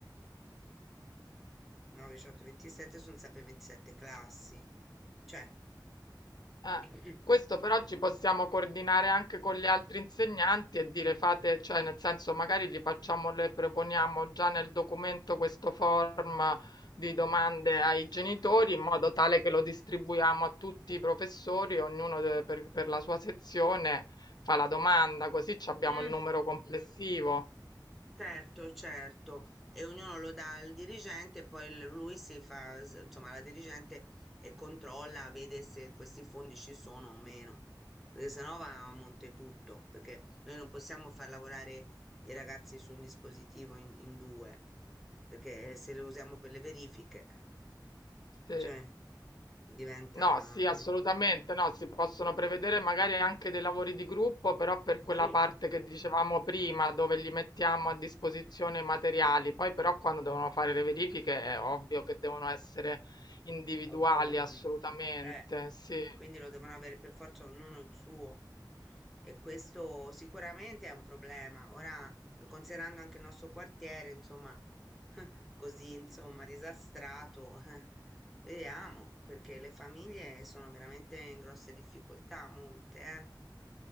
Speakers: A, in the centre; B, on the left.
A: Mhm. 9, 18, 27 sono sempre 27 classi. Cioè,
B: Eh,
A: <clears throat>
B: questo però ci possiamo coordinare anche con gli altri insegnanti e dire fate, cioè nel senso magari gli facciamo, le proponiamo già nel documento questo form di domande ai genitori in modo tale che lo distribuiamo a tutti i professori, ognuno de- per, per la sua sezione fa la domanda, così ci abbiamo
A: Mm.
B: il numero complessivo.
A: Certo, certo, e ognuno lo dà al dirigente, e poi l- lui si fa, s- insomma, la dirigente e controlla, vede se questi fondi ci sono o meno, perché sennò va a monte tutto, perché noi non possiamo far lavorare i ragazzi su un dispositivo in, in due, perché eh, se lo usiamo per le verifiche,
B: Sì.
A: cioè, diventa...
B: No, sì, assolutamente
A: no?
B: no, si possono prevedere magari anche dei lavori di gruppo, però per
A: Sì.
B: quella parte che dicevamo prima, dove gli mettiamo a disposizione i materiali. Poi però quando devono fare le verifiche è ovvio che devono essere individuali,
A: autonomi.
B: assolutamente,
A: Eh,
B: sì.
A: quindi lo devono avere per forza ognuno il suo. E questo sicuramente è un problema. Ora, eh, considerando anche il nostro quartiere, insomma, <laughs> così, insomma, disastrato, <laughs> eh, vediamo, perché le famiglie sono veramente in grosse difficoltà, molte, eh.